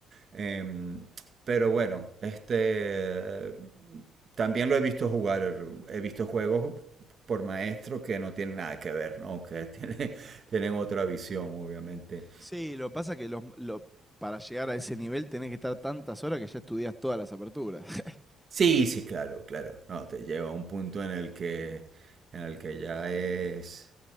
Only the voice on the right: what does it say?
Em, pero bueno, este también lo he visto jugar, he visto juegos por maestro que no tienen nada que ver, ¿no? Que tienen, <laughs> tienen otra visión, obviamente.
Sí, sí, claro, claro. No, te lleva a un punto en el que, en el que ya es,